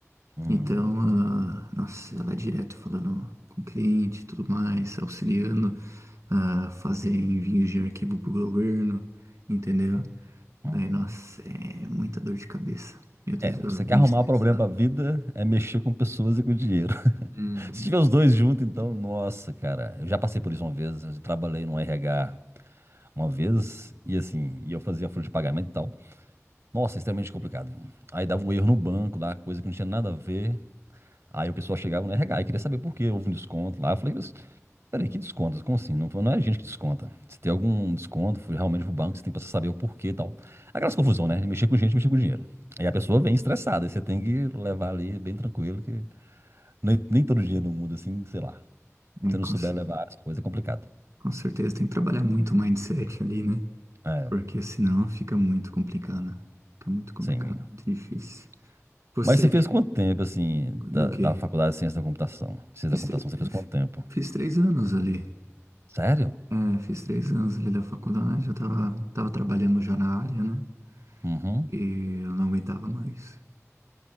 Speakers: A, on the right; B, on the right.
A: Hum,
B: Então, ah, nossa, ela é direto falando com o cliente e tudo mais, auxiliando a fazer envios de arquivo pro governo, entendeu?
A: uhum.
B: É, nossa, é muita dor de cabeça. Meu Deus,
A: É,
B: ela
A: você
B: vive
A: quer arrumar
B: estressada.
A: problema pra vida, é mexer com pessoas e com dinheiro. <laughs>
B: Uhum.
A: Se tiver os dois juntos, então, nossa, cara. Eu já passei por isso uma vez, eu trabalhei no RH uma vez, e assim, e eu fazia folha de pagamento e tal. Nossa, é extremamente complicado. viu? Aí dava um erro no banco lá, coisa que não tinha nada a ver. Aí o pessoal chegava no RH e queria saber por quê, houve um desconto lá. Eu falei, mas Peraí, que desconto? Como assim? Não, foi- não é a gente que desconta. Se tem algum desconto, foi realmente pro banco, você tem que saber o porquê e tal. Aquelas confusão, né? De Mexer com gente, mexer com dinheiro. Aí a pessoa vem estressada, aí você tem que levar ali bem tranquilo, que nem, nem todo dia no mundo, assim, sei lá. Se
B: É,
A: você
B: com,
A: não souber
B: cer-
A: levar as coisas, é complicado.
B: com certeza tem que trabalhar muito o mindset ali, né?
A: É,
B: Porque senão fica muito complicado, né? Fica muito complicado,
A: sim.
B: muito difícil. Você,
A: Mas você fez quanto tempo, assim, da,
B: do quê?
A: da faculdade de Ciência da Computação? Ciência
B: Fiz,
A: da Computação,
B: tre-
A: você
B: f-
A: fez quanto tempo?
B: fiz três anos ali.
A: Sério?
B: É, fiz três anos ali da faculdade, eu tava, tava trabalhando já na área, né?
A: Uhum.
B: E eu não aguentava mais.